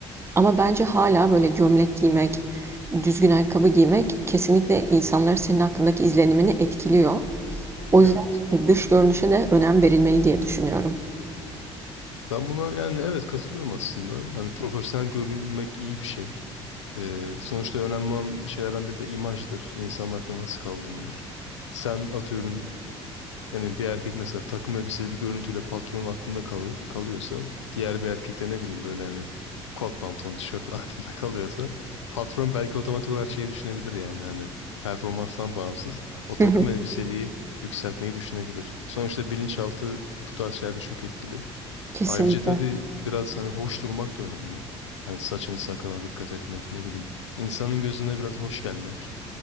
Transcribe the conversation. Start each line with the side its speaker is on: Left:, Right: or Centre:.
Right: Ama bence hala böyle gömlek giymek, düzgün ayakkabı giymek kesinlikle insanların senin hakkındaki izlenimini etkiliyor. O
Left: Evet.
Right: yüzden e, dış görünüşe de önem verilmeli diye düşünüyorum.
Left: Ben buna yani evet katılıyorum aslında. Hani profesyonel görünmek iyi bir şey. Ee, sonuçta önemli olan şeylerden biri de imajdır. İnsanın aklına nasıl kaldığındır. Sen atıyorum yani bir erkek mesela takım elbiseli bir görüntüyle patronun aklında kalı kalıyorsa diğer bir erkek de ne bileyim böyle hani kot pantolon tişörtle <laughs> aklında kalıyorsa patron belki otomatik olarak şeyi düşünebilir yani hani performanstan bağımsız o
Right: Hı
Left: takım
Right: hı,
Left: elbiseliği yükseltmeyi düşünebilir. Sonuçta bilinçaltı bu tarz şeylerde çok etkili.
Right: Kesinlikle.
Left: Ayrıca tabii biraz hani hoş durmak da önemli. Hani saçını sakalına dikkat etmek ne bileyim insanın gözüne biraz hoş gelmek.